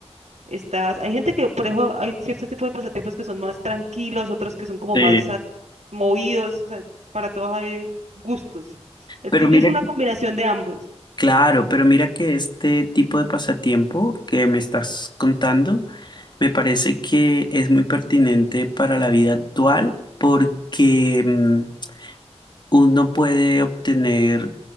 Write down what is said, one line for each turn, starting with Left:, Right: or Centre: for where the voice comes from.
Right: estás, hay gente que, por eso hay ciertos tipos de pasatiempos que son más tranquilos, otros que son como
Left: Sí,
Right: más a- movidos, o sea, para todos hay gustos. El
Left: Pero
Right: tuyo
Left: mira,
Right: es una
Left: que-
Right: combinación de ambos.
Left: claro, pero mira que este tipo de pasatiempo que me estás contando me parece que es muy pertinente para la vida actual porque mm, uno puede obtener